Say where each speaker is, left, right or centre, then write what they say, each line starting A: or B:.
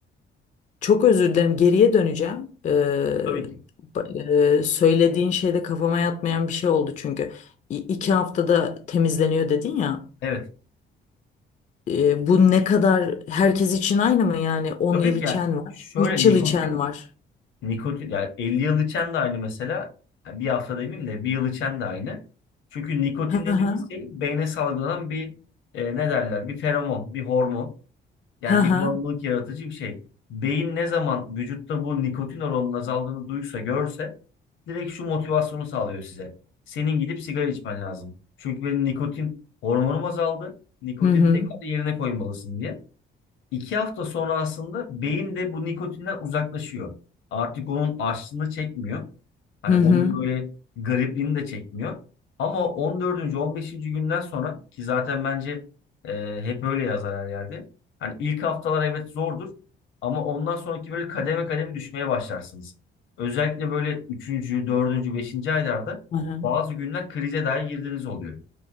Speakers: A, on the left; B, on the left.
A: Çok özür dilerim. Geriye döneceğim. Ee,
B: Tabii ki.
A: ba- e, söylediğin şeyde kafama yatmayan bir şey oldu çünkü. İ- iki haftada temizleniyor dedin ya.
B: Evet.
A: Ee, bu ne kadar herkes için aynı mı yani? on
B: Tabii
A: yıl
B: ki
A: içen
B: ya
A: var,
B: şöyle
A: 3
B: nikotin
A: yıl içen var.
B: nikotin yani 50 yıl içen de aynı mesela. Ya Bir hafta demeyeyim de bir yıl içen de aynı. Çünkü nikotin
A: Hı
B: dediğimiz
A: hı,
B: şey beyne salgılanan bir e, ne derler? Bir feromon, bir hormon. Yani
A: hı hı,
B: bir bağımlılık yaratıcı bir şey. Beyin ne zaman vücutta bu nikotin oranının azaldığını duysa, görse direkt şu motivasyonu sağlıyor size. Senin gidip sigara içmen lazım. Çünkü benim nikotin hormonum azaldı. Nikotin
A: hı hı,
B: tekrar yerine koymalısın diye. İki hafta sonra aslında beyin de bu nikotinden uzaklaşıyor. Artık onun açlığını çekmiyor. Hani
A: hı hı,
B: onun böyle garipliğini de çekmiyor. Ama 14. 15. günden sonra ki zaten bence e, hep öyle yazar her yerde. Hani ilk haftalar evet zordur ama ondan sonraki böyle kademe kademe düşmeye başlarsınız. Özellikle böyle üçüncü, dördüncü, beşinci aylarda
A: hı hı.
B: bazı günler krize dahi girdiğiniz oluyor.